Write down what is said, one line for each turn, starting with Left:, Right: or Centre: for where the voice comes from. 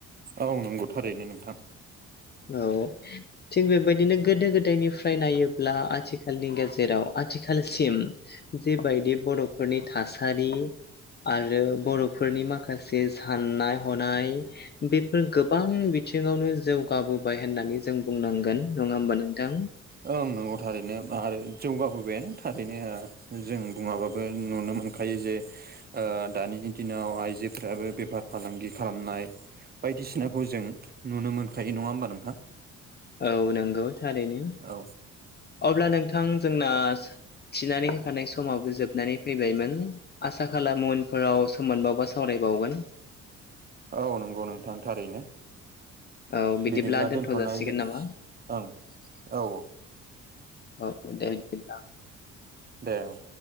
Right: औ नंगौ थारैनो नोंथां
Left: औ थिग बेबायदिनो गोदो गोदायनिफ्राय नायोब्ला आथिखालनि गेजेराव आथिखालसिम जिबायदि बर'फोरनि थासारि आरो बर'फोरनि माखासे साननाय हनाय बेफोर गोबां बिथिङावनो जौग गाबोबाय होननानै जों बुंनांगोन नङा होमबा नोंथां।
Right: ओं नंगौ थारैनो आरो जौगाबोबायानो थारैनो जों बुङाबाबो नुनो मोन खायो जे दानि दिनाव आइजोफोराबो बेफार फालांगि खालामनाय बायदिसिनाखौ जों नुनो मोनखायो नङा होमबा नोंथा।
Left: औ नंगौ थारैनो
Right: औ
Left: अब्ला नोंथां जोंना थिनानै होखानाय समावबो जोबनानै फैबायमोन। आसा खालाम उनफोराव सम मोनबावबा सावरायबावगोन
Right: औ नंगौ नोंथां थारैनो
Left: औ
Right: बिदिब्ला
Left: दोनथ'
Right: दोनथ'नाय
Left: जासिगोन
Right: जासि
Left: नामा
Right: ओं औ
Left: औ दे बिदिब्ला
Right: दे औ